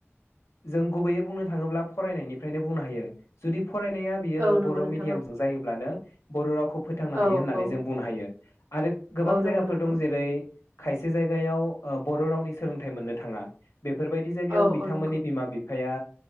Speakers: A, on the left; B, on the right.
A: जों गुबैयै बुंनो थाङोब्ला फरायनायनिफ्रायनो बुंनो हायो जुदि फरायनाया बियो
B: औ नंगौ
A: बर'
B: नोंथां
A: मिडियामजों जायोब्लानो बर' रावखौ फोथांनो
B: औ औ
A: हायो होननानै
B: औ
A: जों बुंनो हायो आरो गोबां
B: औ नंगौ
A: जायगा
B: नोंथां
A: दं जेरै खायसे जायगायाव ओ बर' रावनि सोलोंथाइ मोननो थाङा। बेफोरबायदि जायगायाव
B: औ
A: बिथांमोननि
B: औ नंगौ
A: बिमा बि बिफाया